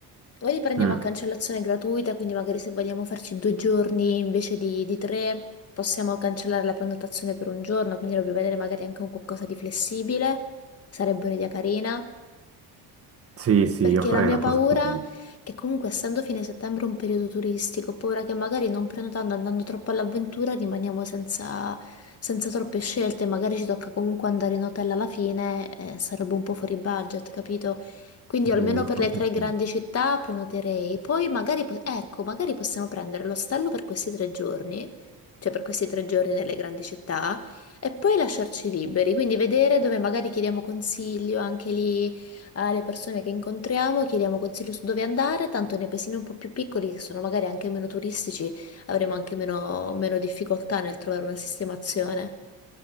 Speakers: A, on the left; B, on the right.
A: o li prendiamo
B: Mm,
A: a cancellazione gratuita, quindi magari se vogliamo farci due giorni invece di, di tre, possiamo cancellare la prenotazione per un giorno, quindi dobbiamo vedere magari anche un qualcosa di flessibile, sarebbe un'idea carina.
B: Sì, sì,
A: Perché
B: io farei
A: la mia
B: una
A: paura
B: cosa così.
A: è comunque, essendo fine settembre un periodo turistico, ho paura che magari non prenotando, andando troppo all'avventura, rimaniamo senza, senza troppe scelte. Magari ci tocca comunque andare in hotel alla fine, eh, sarebbe un po' fuori budget, capito? Quindi
B: Mm,
A: almeno per
B: fortissimo.
A: le tre grandi città prenoterei. Poi magari, po- ecco, magari possiamo prendere l'ostello per questi tre giorni, cioè per questi tre giorni nelle grandi città, e poi lasciarci liberi. Quindi vedere dove magari chiediamo consiglio anche lì alle persone che incontriamo, chiediamo consigli su dove andare, tanto nei paesini un po' più piccoli, che sono magari anche meno turistici, avremo anche meno, meno difficoltà nel trovare una sistemazione.